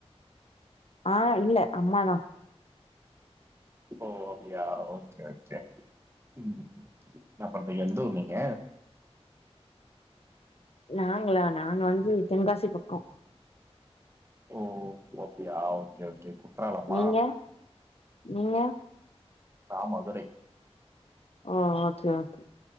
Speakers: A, on the left; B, on the right.
A: ஆ இல்ல அம்மாதா
B: ஓ அப்டியா ஓகே ஓகே ம் என்னா பண்றிங்க எந்த ஊர் நீங்க
A: நாங்களா நான் வந்து தென்காசி பக்கோ
B: ஓ ஒ அப்டியா ஓகே ஓகே குற்றாலமா
A: நீங்க நீங்க
B: நா மதுரை
A: ஓ ஓகே ஓகே